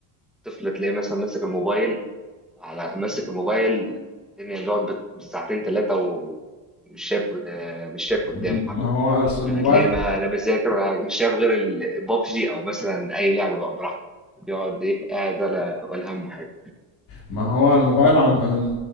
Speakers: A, in the centre; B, on the left.
A: الطفل تلاقيه مثلا ماسك الموبايل على ماسك الموبايل الدنيا بيقعد بت- بالساعتين ثلاثة ومش شايف آه، مش شايف
B: م-
A: قدامه حرفيا
B: ما هو الس- الموبايل
A: يعني تلاقيه ما لا بيذاكر ولا مش شايف غير البابجي او مثلا اي لعبة بقى براحته يقعد ايه قاعد ولا ولا همه حاجة
B: ما هو الموبايل عم ال...